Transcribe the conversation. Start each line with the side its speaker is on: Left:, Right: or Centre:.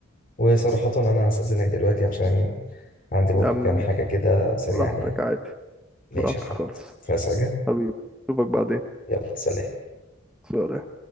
Left: وصراحة انا هستأذنك دلوقتي عشان عندي برضو
Centre: يا عم
Left: كام حاجة كده سريعا
Centre: براحتك
Left: يعني
Centre: عادي
Left: ماشي
Centre: براحتك
Left: يا محمد
Centre: خالص
Left: عايز حاجة
Centre: حبيبي اشوفك بعدين
Left: يلا سلام
Centre: سلام